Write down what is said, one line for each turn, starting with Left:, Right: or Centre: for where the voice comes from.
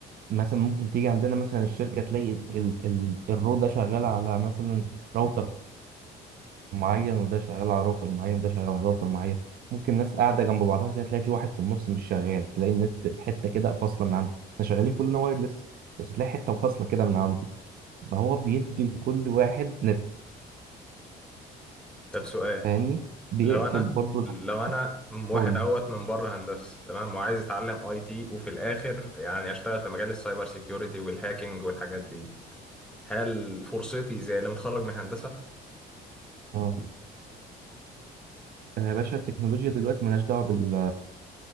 Right: مثلا ممكن تيجي عندنا مثلا الشركة تلاقي ال ال الرو ده شغال على مثلا راوتر معين وده شغال على راوتر معين وده شغال على راوتر معين ممكن ناس قاعدة جنب بعضها كده تلاقي في واحد في النص مش شغال تلاقي النت حتة كده فاصلة من عنده احنا شغالين كلنا وايرلس بس تلاقي حتة فاصلة كده من عنده فهو بيدي لكل واحد نت
Centre: طب سؤال
Right: فاهمني بيقفل
Centre: لو انا
Right: برضه الح...
Centre: لو انا واحد
Right: قول
Centre: اوت
Right: لي.
Centre: من بره هندسه تمام وعايز اتعلم اي تي وفي الاخر يعني اشتغل في مجال السايبر سيكيورتي والهاكينج والحاجات دي هل فرصتي زي اللي متخرج من هندسه
Right: اه آه يا باشا التكنولوجيا دلوقتي ملهاش دعوة بال